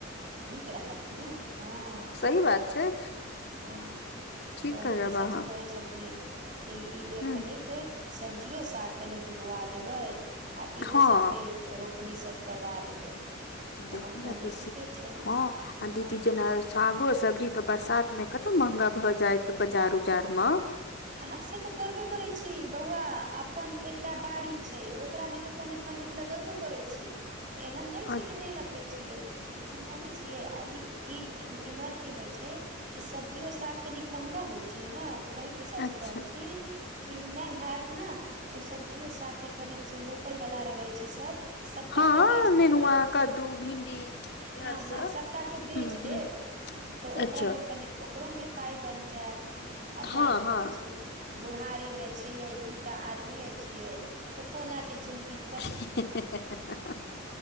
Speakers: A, on the right; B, on the left.
A: तऽ नीक रहत ने हँ
B: की बात छै
A: हँ
B: ठीक
A: तऽ वही
B: करब
A: पिसाजी
B: अहाँ
A: कहै छलथिन कि ई बेर
B: ह
A: कनिक सब्जियो साग कनीक बोआ देबै आ इहो
B: हँ
A: सबके रोपनी सब करबा देबै तऽ
B: देखू
A: हम
B: ने
A: कहलहुँ
B: पीसी
A: ठीके छै
B: हँ आ
A: हँ
B: दीदी जेना सागो सब्जी तऽ बरसात मे कतऽ महंगा भए जायत बजार उजार म
A: उहे से तऽ करबी कर छी बौआ अपन एकटा बाड़ी छै ओकरा मे तऽ कनिक मनिक लगैबो करै छी एहन
B: तऽ
A: नहि छै कि नहि लगबै छियै लेकिन जाने छियै अभी ई इम्हर की होइ छै कि सब्जियो साग कनिक महंगा होइ छै न तऽ वही पीसाजी
B: अच्छा
A: कहलखिन कि नहि हैत ने त सब् जियो साग के कनिक जे लोकल वला रहै छै सब सबटा
B: हँ
A: के बेच देबै
B: नेनुआ कद्दू भिंडी
A: हँ
B: इहर
A: हँ
B: सब
A: सबटा के बेच
B: हूँ
A: देब
B: हूँ
A: तऽ ओकरा
B: अच्छा
A: मे कनीक ओकरो मे पाइ बन जायत आब
B: हँ
A: जानबे
B: हँ
A: बूढ़ारी मे छियै दूटा आदमीेये छियै तऽ कोना के जिन्दगी
B: <unintelligible>